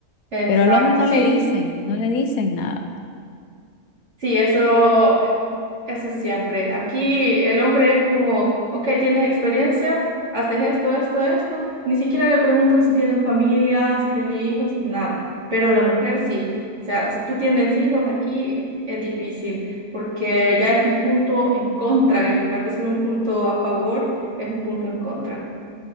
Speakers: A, on the right; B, on the left.
A: <laughs> Exacto,
B: Pero al hombre no
A: sí.
B: le dicen, no le dicen nada.
A: Sí, eso Eso siempre. Aquí el hombre es como, ok, tienes experiencia, haces esto, esto, esto. Ni siquiera le preguntan si tienen familia, si tiene hijos, nada. Pero la mujer sí. O sea, si tú tienes hijos aquí es difícil porque ya es un punto en contra. En lugar de ser un punto a favor, es un punto en contra.